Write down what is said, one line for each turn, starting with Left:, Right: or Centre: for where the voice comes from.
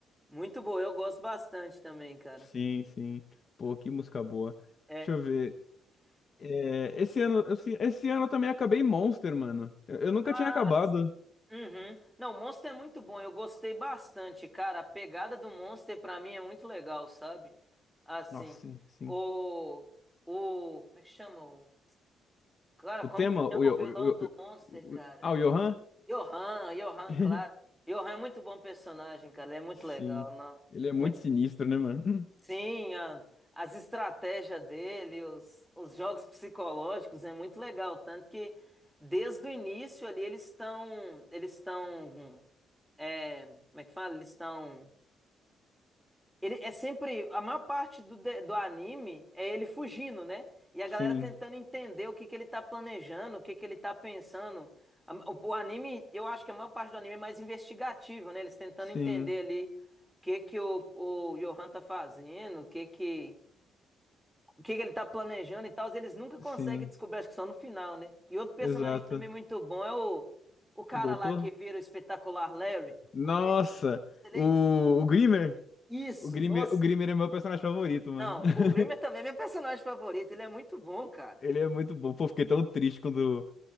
Centre: Muito boa, eu gosto bastante também, cara.
Left: Sim, sim. Pô, que música boa.
Centre: É.
Left: Deixa eu ver. É, esse ano, esse, esse ano eu também acabei Monster, mano. Eu, eu nunca tinha
Centre: Ah,
Left: acabado.
Centre: sim. Uhum. Não, Monster é muito bom, eu gostei bastante, cara. A pegada do Monster pra mim é muito legal, sabe? Assim,
Left: Nossa, sim.
Centre: o. O. Como é que chama? O, cara,
Left: O
Centre: como
Left: tema,
Centre: que
Left: o,
Centre: chama
Left: Yo-
Centre: o vilão
Left: o, o,
Centre: do Monster, cara?
Left: o- ah, o Johan?
Centre: Johan, Johan,
Left: <laughs>
Centre: claro. Johan é muito bom personagem, cara. Ele é muito
Left: Sim.
Centre: legal, né?
Left: Ele é muito
Centre: Muito...
Left: sinistro, né, mano? <laughs> Hum.
Centre: Sim, a- as estratégias dele, os, os jogos psicológicos é muito legal. Tanto que desde o início ali eles estão. Eles estão. é, como é que fala? Eles estão ele é sempre. A maior parte do, de- do anime é ele fugindo, né? E a
Left: Sim,
Centre: galera tentando entender o que que ele tá planejando, o que que ele tá pensando. A- O, o anime, eu acho que a maior parte do anime é mais investigativo, né? Eles tentando
Left: sim,
Centre: entender ali o que que o, o Johan tá fazendo, o que que. O que que ele tá planejando e tal, eles nunca conseguem
Left: sim.
Centre: descobrir, acho que só no final, né? E outro personagem
Left: Exato.
Centre: também muito bom é o, o cara
Left: O doutor?
Centre: lá que vira o espetacular Larry.
Left: Nossa!
Centre: Aquele, ele
Left: O,
Centre: é inc-
Left: o Grimmer?
Centre: isso,
Left: O Grimmer,
Centre: nossa,
Left: o Grimmer é meu personagem favorito, mano.
Centre: Não,
Left: <laughs>
Centre: o Grimmer também é meu personagem favorito. Ele é muito bom, cara.
Left: Ele é muito bom. Pô, fiquei tão triste quando.